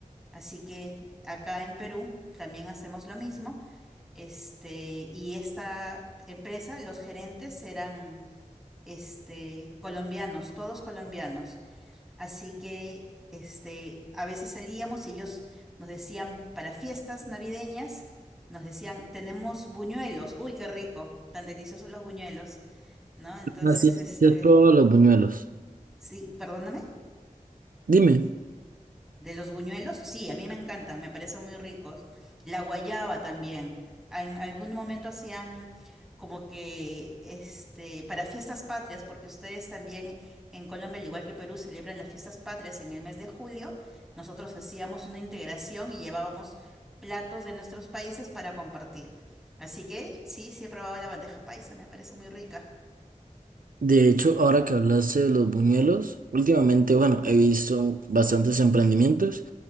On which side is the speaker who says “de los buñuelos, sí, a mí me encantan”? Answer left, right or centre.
Centre